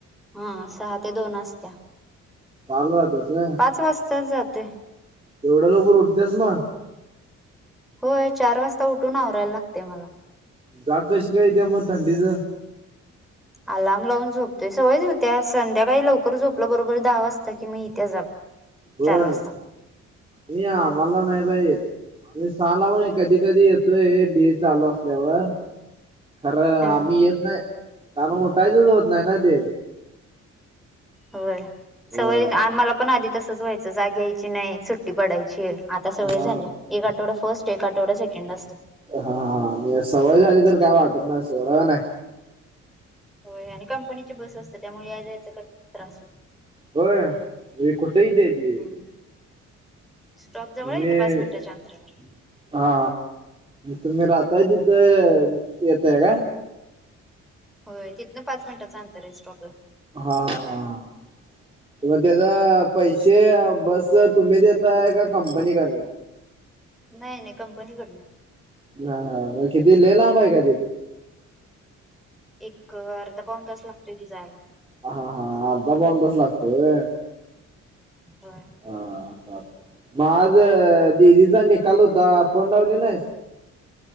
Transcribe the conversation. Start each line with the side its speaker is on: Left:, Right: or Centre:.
Centre: हां सहा ते दोन असतीया.
Right: चालू जाते ते.
Centre: पाच वासता जाते.
Right: एवड्या लवकर उटत्यास म
Centre: होय चार वासता उटून आवराय लागतंय मला
Right: जाग कशी काय येतीया म थंडीच
Centre: आलाम लाउन झोपतोय सवयच हुत्या संद्याकाळी लवकर झोपलो बरोबर दहा वासता की म येतीया जाग
Right: बर
Centre: चार वाजता
Right: मी आम्हाला नाई बाई येत आमी साला <unintelligible> कदी कदी येतोय <unintelligible> चालू असल्यावर खरं
Centre: हा
Right: आमी यत नाय कारण उठायचच होत नाय ना ते
Centre: हवय
Right: होय
Centre: सवयीन आ मला पण आदी तसंच व्हायचं जाग यायची नई सुट्टी पडायची आता सवय
Right: हा
Centre: झाल्या एक आटवडा फस्ट एक आटवडा सेकेंड आसते
Right: हां हां हां नि सवय झाली तर काय वाटत नाई सोड <unintelligible>
Centre: होय आणि कंपनीची बस असतं त्यामुळे या जायचं का त्रास हो
Right: होय ही कुठइत्या ती
Centre: हम्म. स्टॉप जवळ
Right: मी
Centre: इथ पाच मिनिटाच्या अंतरावर
Right: हा तुम्ही राहताय तिथ येताय का
Centre: होय तिथंन पाच मिनटाचा अंतर आहे स्टॉपला
Right: हा हा मग त्याचा पैसे बस च तुम्ही देताय का कंपनी कडन
Centre: नाही नाही कंपनी कडन
Right: हा हा मग किती लय लांब हाय काय ते
Centre: एक अर्धा पाऊन तास लागतोय कि जायला
Right: हा हा अर्धा पाउन तास लागतोय होय
Centre: होय
Right: हा मग आज दिदीचा निकाल होता फोन लावली नाहीस